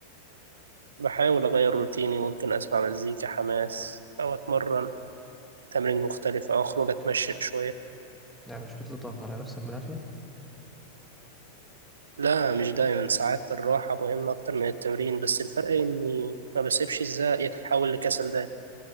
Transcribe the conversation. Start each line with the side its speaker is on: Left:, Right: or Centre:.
Right: بحاول أغير روتيني ممكن أسمع مزيكا حماس أو أتمرن تمرين مختلف أو أخرج أتمشى شوية
Centre: يعني مش بتضغط على نفسك بالعافية
Right: لا مش دايما ساعات الراحة مهمة أكتر من التمرين بس الفرق إني ما بسيبش الزهق يتحول لكسل دايما